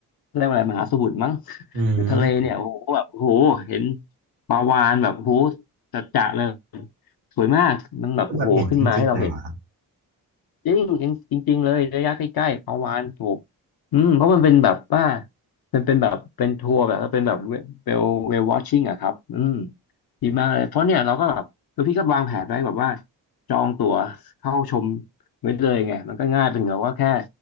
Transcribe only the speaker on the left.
เรียกว่าอะไรมหาสมุทรมั้ง
หรือทะเลเนี่ยโอ้โหแบบโอ้โหเห็นปลาวาฬแบบโอ้โหจัดๆเลยสวยมากมันแบบโอ้โหขึ้นมาให้เราเห็น
จริงจริงจริงๆเลยระยะใกล้ๆประวานถูกอืมเพราะมันเป็นแบบว่ามันเป็นแบบเป็นทัวร์แบบว่าเป็นแบบเวลเวลวอชชิ่งอะครับอืมดีมากเลยเพราะเนี่ยเราก็แบบคือพี่ก็วางแผนไว้แบบว่าจองตั๋วเข้าชมไว้เลยไงมันก็ง่ายเป็นแบบว่าแค่